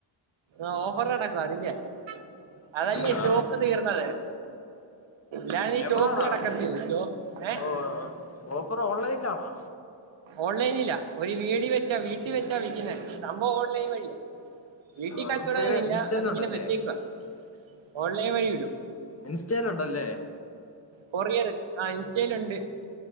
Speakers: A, on the right; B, on the left.
A: ആഹ് ഓഫർ <unintelligible> അതിന്റെയാ
B: ആ
A: സ്റ്റോക്ക് തീർന്നത് വരെ ഞാനീ
B: എവിടാടാ
A: ചോക്ക് കടക്കത്തില്ല ഏഹ്
B: ഓ ഓഫർ ഓൺലൈൻലാണോ
A: ഓൺലൈനിലാ ഒരു വീടിയോ വെച്ചാ വീട്ടി വെച്ചാ വിൽക്കുന്നെ സംഭവം ഓൺലൈൻ വഴിയാ വീട്ടിൽ
B: ഓ
A: കച്ചോടൊന്നും
B: ഇൻസ്റ്റഗ്രാ
A: ഇല്ല
B: ഇൻസ്റ്റയിലുണ്ടല്ലേ
A: അതിങ്ങനെ വെച്ചേക്കുവാ ഓൺലൈൻ വഴി വിടും
B: ഇൻസ്റ്റേൽ ഉണ്ടല്ലേ
A: കൊറിയറ് ആഹ് ഇൻസ്റ്റേലുണ്ട്